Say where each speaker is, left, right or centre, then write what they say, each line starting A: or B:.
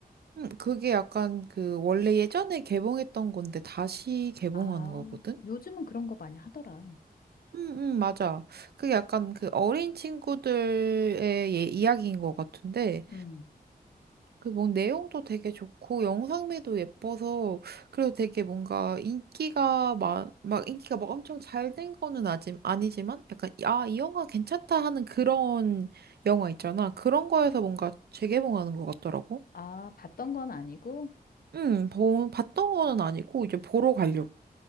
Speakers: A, on the right; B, on the left.
A: 음, 그게 약간 그, 원래 예전에 개봉했던 건데 다시 개봉하는
B: 아,
A: 거거든?
B: 요즘은 그런 거 많이 하더라.
A: 응, 응, 맞아. 그게 약간 그 어린 친구들의 예- 이야기인 것 같은데,
B: 음.
A: 그 뭐 내용도 되게 좋고 영상미도 예뻐서 그래서 되게 뭔가 인기가 막, 막 인기가 막 엄청 잘 된 거는 아직 아니지만 약간 아, 이 영화 괜찮다 하는 그런 영화 있잖아. 그런 거에서 뭔가 재개봉하는 것 같더라고.
B: 아, 봤던 건 아니고?
A: 응, 보, 봤던 거는 아니고 이제 보러 가려고.